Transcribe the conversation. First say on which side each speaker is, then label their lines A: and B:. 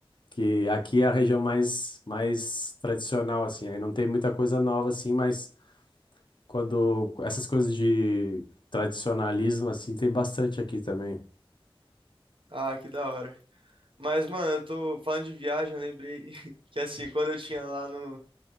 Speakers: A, on the left; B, on the right.
A: Que aqui é a região mais, mais tradicional, assim. Aí não tem muita coisa nova, assim, mas quando essas coisas de tradicionalismo, assim, tem bastante aqui também.
B: Ah, que da hora. Mas, mano, eu tô falando de viagem, eu lembrei <laughs> que assim, quando eu tinha lá no,